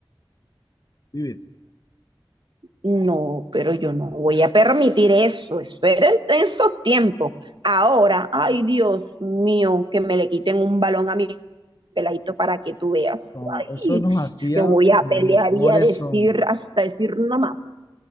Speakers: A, on the left (about 45°); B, on the right (about 65°).
A: ¿Sí ves?
B: No, pero yo no voy a permitir eso. Eso era en en esos tiempos. Ahora, ay Dios mío, que me le quiten un balón a mi peladito para que tú veas.
A: No, no,
B: Ay,
A: eso nos hacía
B: es que voy a
A: mejores
B: pelear y a decir
A: hombres.
B: hasta decir no más.